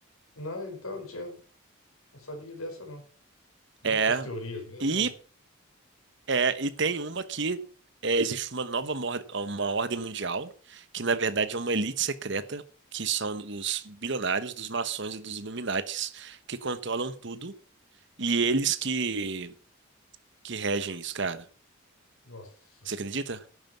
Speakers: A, on the left; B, on the right.
A: Não, então, não tinha, não sabia dessa, não. Muitas
B: É.
A: teorias mesmo,
B: E,
A: né?
B: é, e tem uma que é, existe uma nova mor- uma ordem mundial, que na verdade é uma elite secreta, que são os bilionários, dos maçons e dos Illuminates, que controlam tudo, e eles que, que regem isso, cara.
A: Nossa.
B: Você acredita?